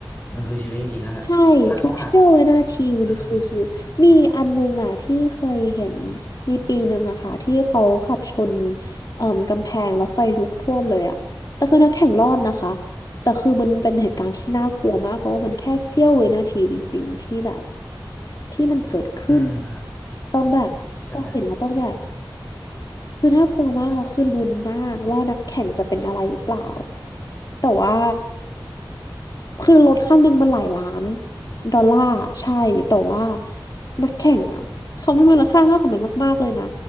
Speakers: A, on the left; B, on the left.
A: มันคือชีวิตจริงๆนะแบบถ้าเขาหัก
B: ใช่ทุกเสี้ยววินาทีมันคือชีวิตมีอันนึงอ่ะที่เคยเห็น
A: อืม
B: มีปีหนึ่งอะค่ะที่เขาขับชนเอ่มกำแพงแล้วไฟลุกท่วมเลยอะแต่คือนักแข่งรอดนะคะแต่คือมันเป็นเหตุการณ์ที่น่ากลัวมากเพราะว่ามันแค่เสี้ยววินาทีจริงๆที่แบบที่มันเกิดขึ้น
A: อืมครับ
B: ต้องแบบต้องเห็นแล้วต้องแบบ
A: ใช่
B: คือน่ากลัวมากแล้วคือลุ้นมากว่านักแข่งจะเป็นอะไรหรือเปล่าแต่ว่า คือรถคันหนึ่งมันหลายล้านดอลลาร์ใช่ แต่ว่านักแข่งอ่ะเขามีมูลค่ามากกว่านั้นมากๆเลยนะ